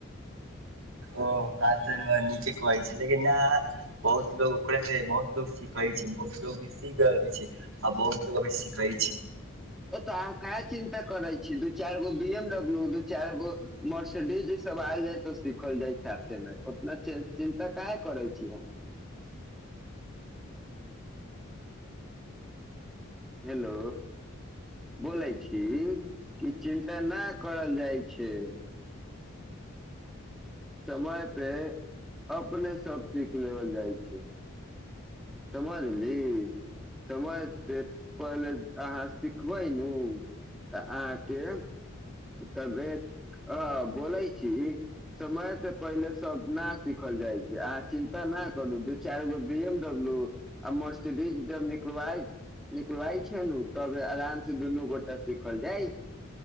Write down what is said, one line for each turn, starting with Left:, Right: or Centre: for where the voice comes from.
Right: ओ बात त नीके कहै छै लेकिन न बहुत लो ओकरे से बहुत लोग सीखै छै बहुत लोग भी सीख रहल छै आ बहुत लोग अभी सिखै छै
Centre: ए तऽ अहाँ क चिन्ता करै छी दू चारि गो बी एमडब्ल्यू दू चारि गो मर्सिडीज डी जी सब आयल जाय तऽ सिखल जाय साथे मे उतना चिन्ता काहे करै छी अह <inaudible> हेलो बोलै छी कि चिन्ता नहि करल जाइ छै समय पे अपने सब सीख लेल जाइ छै समझली समझते पहिले अहाँ सिखबै नू त आहा के तबे ह बोलै छी समय से पहिले सब न सिखल जाइ छै अहाँ चिन्ता न करू दू चारि गो बीएमडब्ल्यू ल आ मर्सिडीज ज निकल छै तब आराम से दुनू गोटा सिखल जाइ